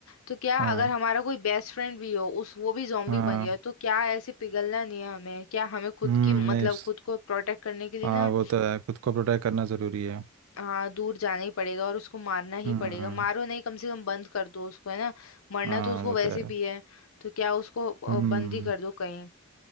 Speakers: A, on the left (about 75°); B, on the right (about 80°).
A: तो क्या
B: हाँ
A: अगर हमारा कोई बेस्ट फ्रेंड भी हो उस वो भी जॉम्बी
B: हाँ
A: बन गया तो क्या ऐसे पिघलना नहीं है हमें क्या हमें खुद
B: हम्म
A: की मतलब
B: नहीं स-
A: खुद को प्रोटेक्ट करने के लिए
B: हाँ
A: ना
B: वो तो है खुद को प्रोटेक्ट करना ज़रूरी है
A: हाँ दूर जाना ही पड़ेगा और उसको मारना ही
B: हम्म
A: पड़ेगा मारो नहीं कम से कम बंद कर दो उसको है ना मरना
B: हाँ
A: तो उसको
B: वो
A: वैसे
B: तो है
A: भी है तो क्या उसको अ,
B: हम्म
A: बंद ही कर दो कहीं